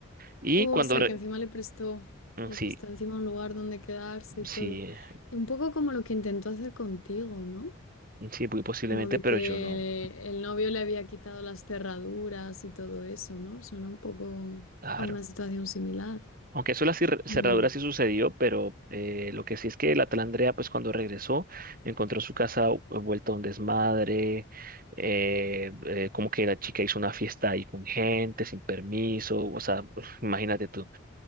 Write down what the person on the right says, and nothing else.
Y
cuando...
re-
Mm,
Sí,
sí,
mm, sí, muy posiblemente,
pero
yo no.
Claro.
Aunque eso de las cer- cerraduras
sí sucedió, pero eh, lo que sí es que la tal Andrea, pues cuando regresó, encontró su casa vu- vuelta a un desmadre, eh, eh, como que la chica hizo una fiesta ahí con gente, sin permiso, o sea, <laughs> imagínate tú.